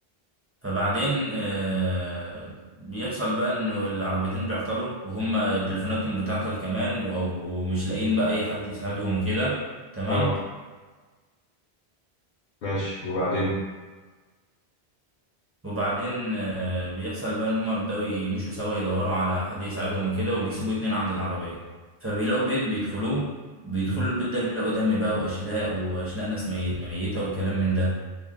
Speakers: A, on the right; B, on the left.
A: فبعدين آه، بيحصل بقى انه العربيتين بيعطلوا وهم تليفوناتهم بتعطل كمان و- ومش لاقيين بقى اي حد يساعدهم وكده تمام
B: اه ماشي وبعدين
A: وبعدين آه، بيحصل بقى ان هم بيبداوا يمشوا سوا يدوروا على حد يساعدهم وكده وبيسيبوا اتنين عند العربية فبيلاقوا بيت بيدخلوه بيدخلوا
B: أمم.
A: البيت ده بيلاقوا دم بقى واشلاء واشلاء ناس مي- ميتة وكلام من ده